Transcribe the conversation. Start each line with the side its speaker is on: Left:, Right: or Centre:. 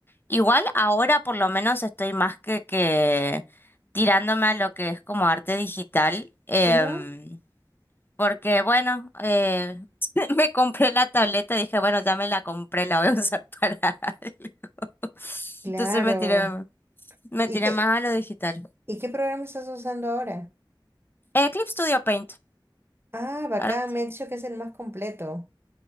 Left: Igual ahora por lo menos estoy más que, que tirándome a lo que es como arte digital. em,
Right: Ujú,
Left: Porque bueno, eh, <laughs> me compré la tableta dije, bueno, ya me la compré, la voy a usar para <laughs> algo.
Right: claro.
Left: Entonces me tiré, me
Right: ¿Y
Left: tiré
Right: qué,
Left: más a lo digital.
Right: y qué programa estás usando ahora?
Left: Eclipse Studio Paint.
Right: Ah, bacán,
Left: ahora,
Right: me ha dicho que es el más completo.